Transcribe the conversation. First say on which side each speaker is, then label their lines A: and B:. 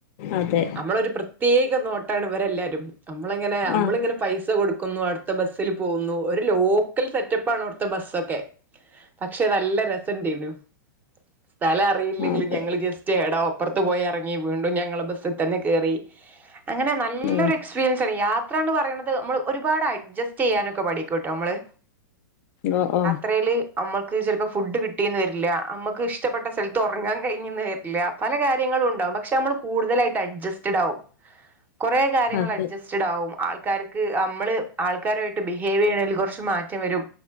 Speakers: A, on the left; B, on the right.
A: അതെ
B: നമ്മളൊരു പ്രത്യേക നോട്ടാണ് ഇവരെല്ലാരും നമ്മളങ്ങനെ നമ്മളിങ്ങനെ
A: ആഹ്
B: പൈസ കൊടുക്കുന്നു അട് ത്ത ബസ്സില് പോവുന്നു ഒരു ലോക്കൽ സെറ്റപ്പാണ് അവ്ട്ത്തെ ബസ്സൊക്കെ പക്ഷെ നല്ല രസന്റേനു സ്ഥലറില്ലെങ്കിലും
A: അതെ
B: ഞങ്ങള് ജസ് റ്റ് ഏടെ അപ്പർത്ത് പോയി എറങ്ങി വീണ്ടും ഞങ്ങള ബസ്സി തന്നെ കേറി അങ്ങനെ നല്ലൊരു
A: ഉം
B: എക്സ്പിരിയൻസാണ് യാ യാത്രാന്ന് പറിണത് നമ്മള് ഒരുപാട് അഡ്ജസ്റ്റ് ചെയ്യാനൊക്കെ പഠിക്കുട്ടോ നമ്മള്
A: ഓ ഓ
B: യാത്രേല് അമ്മക്ക് ചെലപ്പോ ഫുഡ് കിട്ടീന്ന് വരില്ല അമ്മക്ക് ഇഷ്ടപ്പെട്ട സ്ഥലത്ത് ഒറങ്ങാൻ കഴിഞ്ഞ്ന്ന് വരില്ല പല കാര്യങ്ങളും ഇണ്ടാവും പക്ഷെ നമ്മള് കൂടുതലായിട്ട് അഡ്ജസ്റ്റഡ് ആവും കൊറേ കാര്യങ്ങള്
A: അതെ
B: അഡ്ജസ് സ്റ്റ്ഡാവും ആൾക്കാർക്ക് അമ്മള് ആൾക്കാരുവായിട്ട് ബിഹേവെയ്യ്ണേല് കൊർച്ച് മാറ്റം വരും.